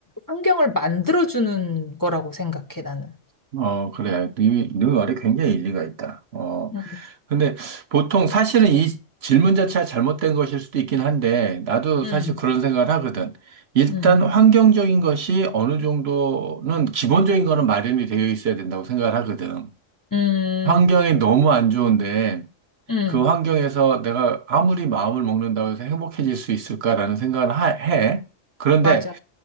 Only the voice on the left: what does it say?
환경을 만들어주는 거라고 생각해 나는.
음,
음,
음,
음,
음,
맞아.